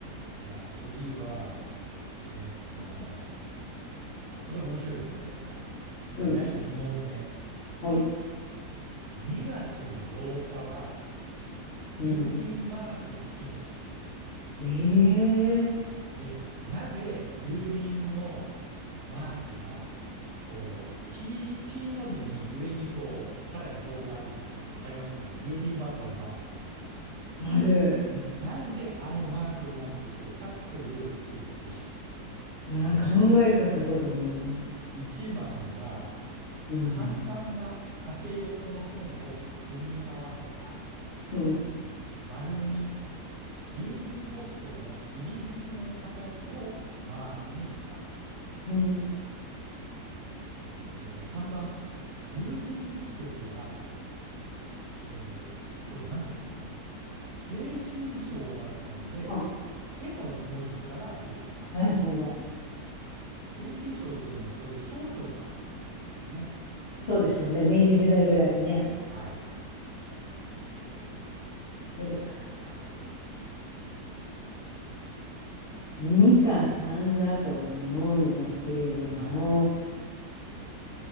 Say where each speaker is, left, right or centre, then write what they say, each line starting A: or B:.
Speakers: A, on the right (about 80°); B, on the left (about 70°).
A: じゃあ次は、えーっと、あ、これ面白い問題だな。
B: うん。
A: 第二問目。
B: はい。
A: 2月の8日は郵便マークの日です。
B: うん。ええー
A: で、なぜ郵便のマークは、こう、T、T の字に上にこう、さらに棒があるような、わかりますかね郵便番号のマークというか、
B: ある。
A: んなんであのマークなんでしょうかというクイズです。
B: いやー、
A: で、
B: 考えたこともない。
A: 1番は、
B: うん。
A: 簡単な縦横の線を組み合わせた。
B: うん。
A: 丸に郵便ポストの入り口の形をマークにした。
B: うん。
A: えー3番、郵便局は、えーこれなんていうのかな。逓信省だったので、
B: あ、
A: 手の文字からできた。
B: なるほど。
A: 逓信省というのはそういう省庁があったってことですね。
B: そうでしょうね。明治時代ぐらいにね。
A: はい。
B: どれか
A: さあ、どれでしょう。
B: な。2かさんだと思うんだけれども、
A: はいはい。